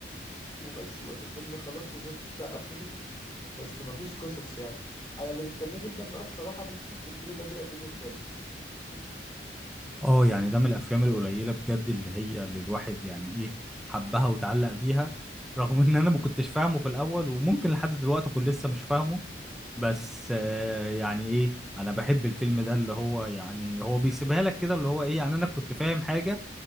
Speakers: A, on the left (about 20°); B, in the centre.
A: وبس وادي الفيلم خلاص والناس بتسقف وتمشي بس مفيش قصص يعني انا اللي مستنيه جدا بقى الصراحه نفسي في الفيل الازرق الجزء الثالث
B: اه يعني ده من الافلام
A: آه.
B: القليله بجد اللي هي اللي الواحد يعني ايه حبها وتعلق بيها رغم ان انا ما كنتش فاهمه في الاول وممكن لحد دلوقتي اكون لسه مش فاهمه بس
A: يعني،
B: آه يعني ايه انا بحب الفيلم ده اللي هو يعني هو بيسيبها لك كده اللي هو ايه يعني انا كنت فاهم حاجه